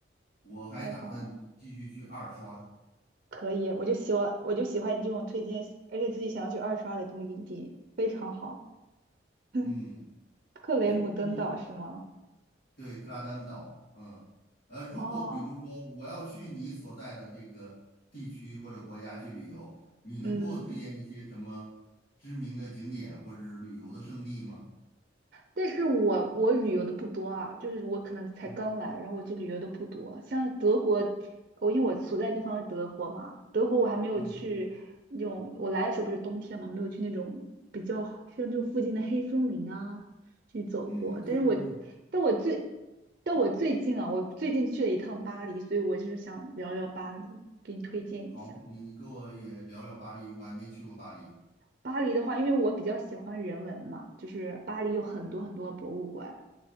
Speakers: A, on the left; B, on the right.
A: 我还打算继续去二刷。
B: 太棒了，可以，我就喜欢，我就喜欢你这种推荐，而且自己想要去二刷的目的地，非常好。<laughs>
A: 嗯，
B: 克雷姆登岛是吗？
A: 哎，你对，克拉丹岛，嗯，呃，如果比如说我要去你所在的这个地区或者国家去旅游，
B: 哦，
A: 你能给我推荐一些什么知名的景点或者是旅游的胜地吗？
B: 嗯。但是我我旅游的不多啊，就是我可能才刚来，
A: 嗯
B: 然后我就旅游的不多。像德国，我因为我所在地方是德国嘛，德国我还没有去那种，
A: 嗯
B: 我来的时候不是冬天嘛，没有去那种比较像这种附近的黑森林啊去走过。
A: 嗯，
B: 但是我
A: 对对对，
B: 但我最但我最近啊，我最近去了一趟巴黎，所以我就是想聊聊巴黎，给你推荐一下。
A: 好，你给我也聊聊巴黎，我还没去过巴黎。
B: 巴黎的话，因为我比较喜欢人文嘛，就是巴黎有很多很多博物馆。
A: 嗯